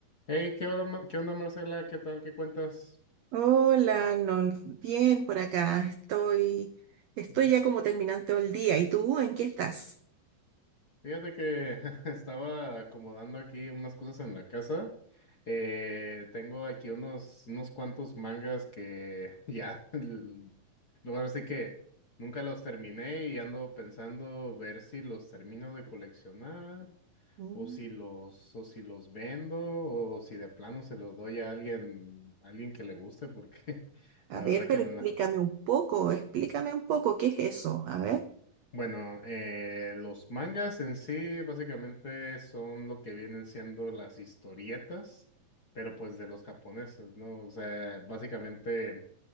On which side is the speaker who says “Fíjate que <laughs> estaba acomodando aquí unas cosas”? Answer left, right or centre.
Left